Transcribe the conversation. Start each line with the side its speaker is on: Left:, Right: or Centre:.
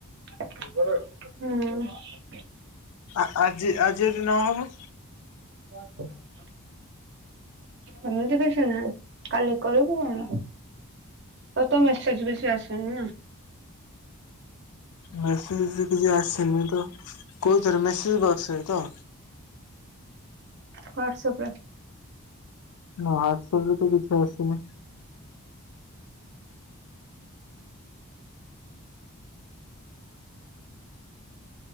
Right: ହୁଁ।
Left: ଆ-ଆଜି-ଆଜି ଯଦି ନହବ?
Right: <unintelligible> ଏମିତି କିଛି ନାହିଁ କାଲି କରିବୁ ହେଲା। ତତେ ମେସେଜ କିଛି ଆସିନି ନା?
Left: ମେସେଜ କିଛି ଆସିନି ତ କୋଉଥିରେ ମେସେଜ ବକ୍ସ ରେ ତ?
Right: ୱାଟସପ ରେ।
Left: ମୋ ୱାଟସପରେ ତ କିଛି ଆସିନି।